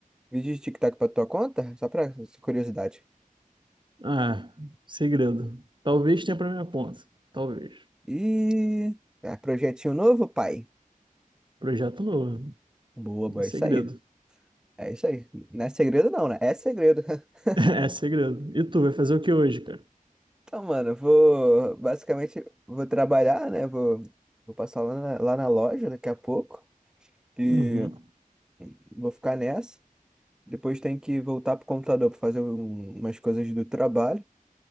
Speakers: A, in the centre; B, on the right (about 35°).
A: vídeo de TikTok pra tua conta? Só pra curiosidade.
B: Ah, segredo. Talvez tenha pra minha conta. Talvez.
A: E é, projetinho novo, pai.
B: Projeto novo.
A: Boa, boa,
B: É segredo.
A: é isso aí.
B: <laughs>
A: É isso aí. Não é segredo não, né? É segredo. <laughs>
B: É segredo. E tu vai fazer o que hoje, cara?
A: Então, mano, eu vou basicamente vou trabalhar, né? Vou, vou passar lá na, lá na loja daqui a pouco e
B: Uhum.
A: vou ficar nessa. Depois tem que voltar pro computador pra fazer um- umas coisas do trabalho.